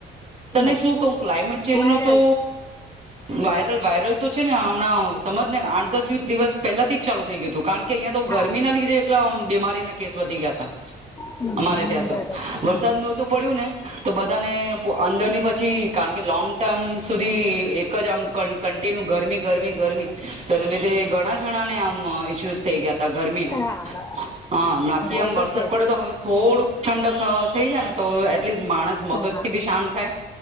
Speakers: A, on the right; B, on the left.
A: તને
B: નહી
A: શું કઉં ક્લાયમેટ ચેન્જ
B: વાયરલ
A: નો તો વાયરલ વાયરલ તો છે ને હમણાં સમજ ને આઠ દસ દિવસ પહેલાથી જ ચાલુ થઈ ગયું હતું કારણ કે અહીયાં તો ગરમીના
B: હા
A: લીધે એટલા બીમારીના કેસ વધી ગયા હતા
B: હમ
A: અમારે ત્યાં
B: બરોબર
A: તો
B: હમ
A: વરસાદ નહોતું પડ્યું ને તો બધાને અંદરની પછી કારણ કે લોંગ ટર્મ સુધી એક જ આમ કન - ટાળી ને ગરમી ગરમી ગરમી તો એના લીધે ઘણા જણા ને આમ ઇસ્યુ થઈ ગયા ગરમી ના
B: હા
A: હા નાખી આમ
B: એ તો
A: વરસાદ
B: છે
A: પડ્યો તો હવે થોડું ઠંડક થઈ જ ને તો એટ માણસ મગજ
B: હા
A: થી બી શાંત થાય